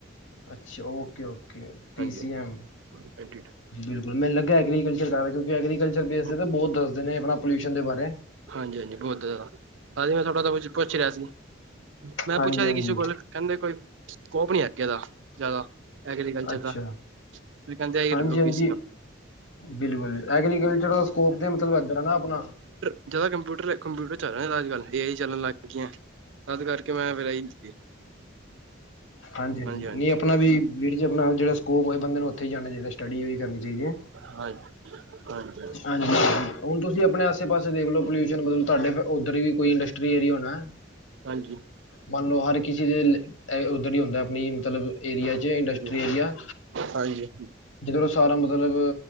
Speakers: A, on the left (about 75°); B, on the right (about 70°).
A: ਅੱਛਾ ਓਕੇ, ਓਕੇ ਪੀ
B: ਹਾਂਜੀ
A: ਸੀ ਐਮ।
B: ਹਾਂਜੀ
A: ਬਿਲਕੁਲ ਮੈਨੂੰ ਲੱਗਾ ਐਗਰੀਕਲਚਰ ਕਰ ਕਿਉਂਕ ਐਗਰੀਕਲਚਰ
B: ਹਾਂਜੀ
A: ਬੇਸ ਤੇ ਬਹੁਤ ਦੱਸਦੇ ਨੇ ਆਪਣਾ ਪੋਲਿਊਸ਼ਨ ਦੇ ਬਾਰੇ।
B: ਹਾਂਜੀ-ਹਾਂਜੀ ਬਹੁਤ ਜਾਦਾ ਹਜੀ ਮੈਂ ਤੁਹਾਡਾ ਤਾਂ ਕੁਝ ਪੁੱਛ ਰਿਹਾ ਸੀ ਮੈਂ
A: ਹਾਂਜੀ
B: ਪੁੱਛਿਆ ਸੀ
A: ਹਾਂਜੀ।
B: ਕਿਸੇ ਕੋਲ ਕਹਿੰਦੇ ਕੋਈ ਸਕੋਪ ਨੀ ਹੈ ਅੱਗੇ ਦਾ ਜਾਦਾ। ਐਗਰੀਕਲਚਰ
A: ਅੱਛਾ
B: ਦਾ, ਤੁਸੀਂ ਕੈਂਦੇ ਏਈਓ
A: ਹਾਂਜੀ
B: ਲਲੋ
A: ਹਾਂਜੀ
B: ਪੀਸੀਆਂ।
A: ਬਿਲਕੁਲ, ਐਗਰੀਕਲਚਰ ਦਾ ਸਕੋਪ ਤੇ, ਮਤਲਬ ਏਦਰ ਏ ਨਾ ਅਪਣਾ।
B: ਜਾਦਾ ਕੰਪਿਊਟਰ ਏ, ਕੰਪਿਊਟਰ ਚੱਲ ਰੇਆ ਨਾ ਅੱਜ ਕੱਲ। ਏਇਈ ਚੱਲਣ ਲੱਗ ਗਈਆਂ, ਤਦ ਕਰਕੇ ਮੈਂ ਫੇਰ ਏਹੀ ਲਿਤੀ ਏ।
A: ਹਾਂਜੀ-ਹਾਂਜੀ,
B: ਹਾਂਜੀ
A: ਨਈ ਅਪਣਾ ਵੀ, ਵੀਰ ਜੀ ਅਪਣਾ ਜੇਅੜਾ ਸਕੋਪ ਹੋਏ, ਬੰਦੇ ਨੂੰ ਉੱਥੇ ਈ ਜਾਣਾ ਚਾਹੀਦਾ, ਸਟੱਡੀ ਔਹੀ ਕਰਨੀ ਚਾਹੀਦੀ ਏ।
B: ਹਾਂਜੀ ਹਾਂਜੀ ਹਾਂਜੀ
A: ਹਾਂਜੀ-ਹਾਂਜੀ, ਹੁਣ ਤੁਸੀਂ ਆਪਣੇ ਆਸੇ ਪਾਸੇ ਦੇਖ ਲੋ, ਪੋਲਿਊਸ਼ਨ ਮਤਲਬ, ਤੁਆਡੇ ਉੱਧਰ ਵੀ ਕੋਈ ਇੰਡਸਟਰੀ ਏਰੀਆ ਹੋਣਾ ਏ?
B: ਹਾਂਜੀ।
A: ਮੰਨ ਲੋ ਹਰ ਕਿਸੇ ਦੇ, ਏ ਔਦਰ ਈ ਹੁੰਦਾ ਆਪਣੀ ਮਤਲਬ ਏਰੀਆ ਜੇ ਇੰਡਸਟਰੀ
B: ਹਾਂਜੀ
A: ਏਰੀਆ
B: ਹਾਂਜੀ
A: ਜਿਦਰੋ ਸਾਰਾ ਮਤਲਬ,